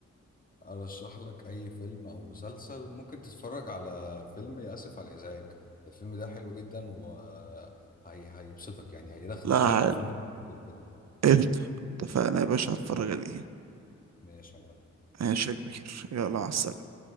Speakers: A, on the left (about 30°); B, on the right (about 65°).
A: أرشح لك أي فيلم أو مسلسل ممكن تتفرج على فيلم آسف على الإزعاج الفيلم ده حلو جدا و هي... هيبسطك يعني هياخدك
B: لا
A: هياخدك
B: حل.
A: في مود مختلف كده
B: قشطة اتفقنا يا باشا هتفرج عليه
A: ماشي يا معلم.
B: ماشي يا كبير يلا مع السلامة